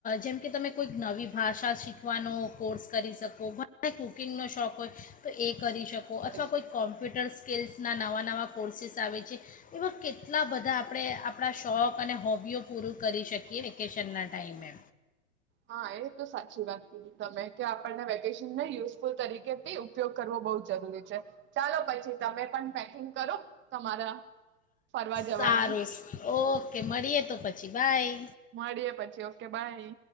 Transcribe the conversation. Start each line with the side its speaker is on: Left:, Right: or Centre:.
Left: જેમ કે તમે કોઈક નવી ભાષા શીખવાનો કોર્સ કરી શકો ઘ કુકિંગનો શોખ હોય, તો એક કરી શકો
Right: હા
Left: અથવા કોઈ કોમ્પ્યુટર્સ સ્કેલ્સના નવા નવા કોર્સસ આવે છે, એવા કેટલા બધા આપણે આપણા શોખ અને હોબીઓ પૂરું કરી શકીએ વેકેશનના ટાઈમે.
Right: હા એ તો સાચી વાત કીધી તમે કે આપણને વેકેશન ને યુઝફુલ તરીકે થી ઉપયોગ કરવો બહુ જરૂરી છે. ચાલો પછી તમે પણ પેકિંગ કરો તમારા ફરવા જવાની
Left: સારું ઓકે. કે મળીએ તો પછી બાય.
Right: મળીએ પછી ઓકે બાય.